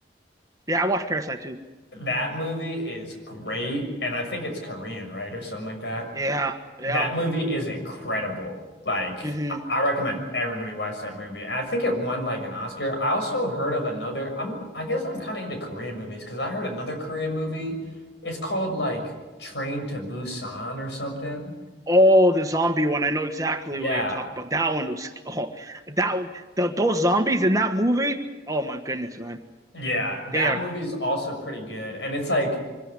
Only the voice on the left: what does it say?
That movie is great, and I think it's Korean, right, or something like that.
That movie is incredible. Like,
I I recommend everybody watch that movie. And I think it won like an Oscar. I also heard of another. I'm, I guess I'm kind of into Korean movies because I heard another Korean movie. It's called like Train to Busan or something.
Yeah,
yeah, that
movie is also pretty good, and it's like.